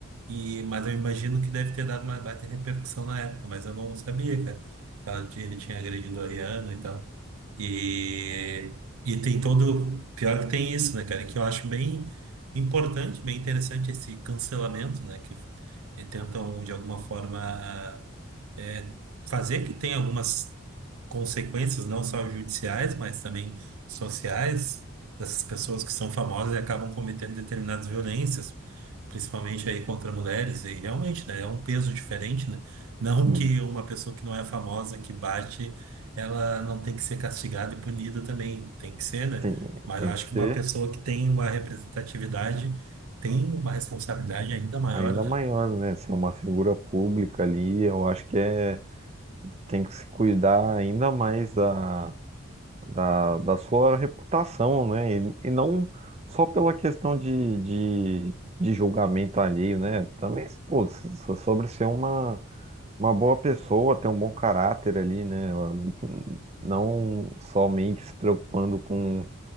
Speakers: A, on the right (about 85°); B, on the right (about 30°).
A: E, mas eu imagino que deve ter dado uma baita repercussão na época, mas eu não sabia, cara. Ela, ele tinha agredido a Rihanna e tal. E, e tem todo. Pior que tem isso, né, cara? é Que eu acho bem importante, bem interessante esse cancelamento, né? Que eh, tentam, de alguma forma, eh, fazer que tenha algumas consequências, não só judiciais, mas também sociais, dessas pessoas que são famosas e acabam cometendo determinadas violências, principalmente aí contra mulheres. E realmente, né? É um peso diferente, né? Não
B: sim
A: que uma pessoa que não é famosa, que bate ela não tem que ser castigada e punida também, tem que ser, né?
B: tem,
A: Mas
B: tem
A: eu acho
B: que ser
A: que uma pessoa que tem uma representatividade tem uma responsabilidade ainda maior,
B: ainda
A: né?
B: maior, né? Ser uma figura pública ali, eu acho que é, tem que se cuidar ainda mais da, da, da sua reputação, né? E, e não só pela questão de, de, de julgamento alheio, né? Também, pô, so- sobre ser uma, uma boa pessoa, ter um bom caráter ali, né? Não somente se preocupando com,